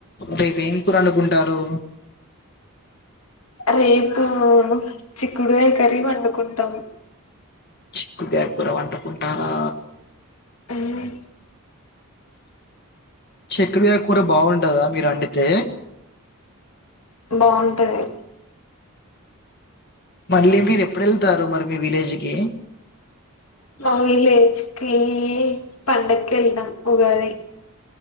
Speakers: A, on the left; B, on the left.
A: రేపు ఏం కూర వండుకుంటారు
B: రేపు చిక్కుడుకాయ కర్రి వండుకుంటాము
A: చిక్కుడు కాయ కూర వండుకుంటారా
B: మ్మ్
A: చెక్కుడు కాయ కూర బాగుంటదా మీరు వొండితే
B: బాగుంటది
A: మళ్ళీ మీరు ఎప్పుడు ఎళ్తారు మరి మీ విలేజ్కి
B: మావిలేకి పండక కెళ్తాన్ ఉగాది